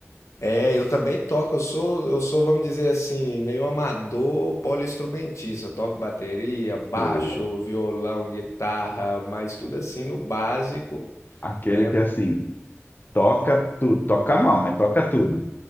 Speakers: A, on the left (about 85°); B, on the left (about 40°).
A: É, eu também toco, eu sou, eu sou, vamos dizer assim, meio amador poliinstrumentista. Eu Toco bateria, baixo,
B: É.
A: violão, guitarra, mas tudo assim no básico,
B: Aquele
A: né?
B: que assim, toca tudo, toca mal, mas toca tudo.